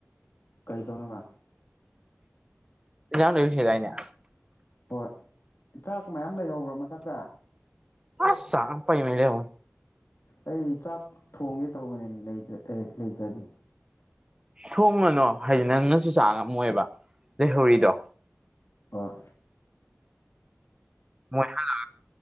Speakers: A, on the left; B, on the right.
A: ꯀꯩꯗꯧꯅꯕ
B: ꯌꯥꯗ ꯁ ꯌꯥꯥꯏꯅ
A: ꯍꯣꯏ ꯆꯥꯛ ꯃꯌꯥꯝ ꯂꯩꯍꯧꯕ꯭ꯔꯣ ꯃꯊꯛꯇ
B: ꯑꯥꯁ ꯁ ꯄꯥꯏ ꯃ ꯂꯩꯕ
A: ꯑꯩ ꯆꯥꯛ ꯊꯣꯡꯒꯦ ꯇꯧꯕꯅꯦ꯭ꯔ ꯑꯦ ꯂꯩꯇ꯭ꯔꯗꯤ
B: ꯊꯣꯡꯉꯅꯣ ꯍꯥꯏꯗꯤ ꯅꯪꯅꯁꯨ ꯆꯥ ꯉꯝꯃꯣꯏꯕ ꯂꯩꯍꯧꯔꯤꯗꯣ
A: ꯍꯣꯏ
B: ꯃꯣꯏ ꯍꯜꯂꯛꯑ